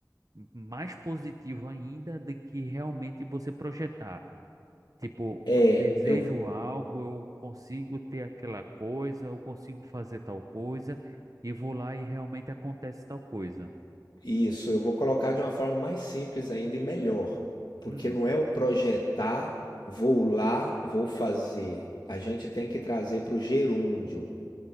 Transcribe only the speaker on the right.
mais positivo ainda do que realmente você projetar. Tipo,
eu desejo
algo, eu consigo ter aquela coisa, eu consigo fazer tal coisa, e vou lá e realmente acontece tal coisa.
Hum,